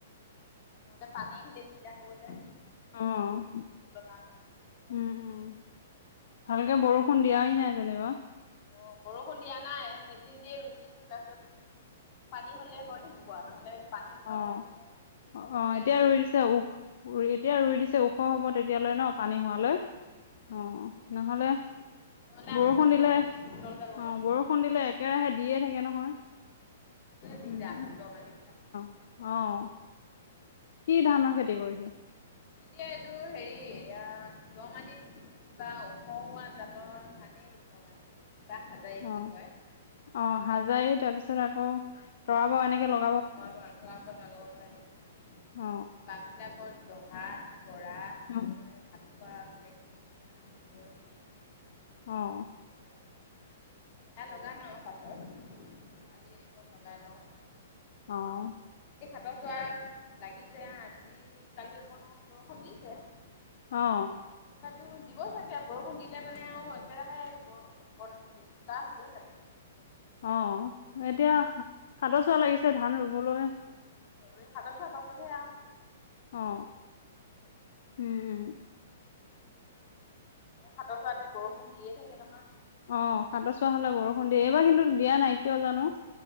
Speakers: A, on the left (about 40°); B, on the left (about 60°).
A: নহ'লে পানী আহিলে দিগদাৰ হ'ব যে।
B: অহ
A: ৰুবলৈ কাৰণে
B: ', উম- উম। ভালকে বৰষুণ দিয়াহি নাই যেনিবা।
A: অহ ', বৰষুণ দিয়া নাই মেচিন দিয়ে ৰুই দিছো তাৰপিছত, পানী হ'লে হৈ থাকিব আৰু নহ'লে পানী হোৱালৈ
B: অহ',
A: মানে
B: -অহ',
A: ৰুলে
B: এতিয়া
A: দেৰি
B: ৰুই
A: হ'ব
B: দিছে আৰু এতিয়া ৰুই দিছে। ওখ হ'ব তেতিয়ালৈ ন পানী হোৱালৈ, অহ ', নহ'লে
A: নহ'লে
B: বৰষুণ
A: আকৌ তল
B: দিলে
A: যাব তল যাবগৈ
B: অহ ', বৰষুণ দিলে একেৰাহে দিয়ে থাকে নহয়,
A: দিগদাৰ
B: উম।
A: দ মাটিবিলাক
B: অহ ', কি ধানৰ খেতি কৰিছে।
A: এতিয়া এইটো হেৰি এয়াই দ মাটিত কিবা ওখ হোৱা জাতৰ ধানেই লগাইছো। বা হাজাৰী বুলি
B: অহ',
A: কয়।
B: - অহ', হাজাৰী তাৰপিছত আকৌ <unintelligible> এনেকে লগ
A: <unintelligible> কৰা আৰু
B: অ
A: ভাত খোৱা
B: অ
A: বেলেগ <inaudible>
B: অ'।
A: <inaudible> এয়া লগাম আৰু পাক <unintelligible> আজি একত লগাই লওঁ।
B: অহ
A: লগচোৱা লাগিছে আজি কালি অকন অকন বৰষুণ দিছে।
B: অ
A: তথাপি দিবই চাগে বৰষুণ দিলে মানে আৰু একেৰাহে গোটা হবই চাগে
B: অ এতিয়া সাতৰ চোৱা লাগিছে ধান ৰুবলৈ
A: আৰু এই সাতত চাৰ পাছতহে আহ
B: অ উম উম
A: এ হাতৰ চৰাতে বৰষুণ দিয়ে থাকে নহয়
B: অ সাত চোৱা হলে বৰষুণ দিয়ে এইবাৰ কিন্তু দিয়া নাই কিয় জানো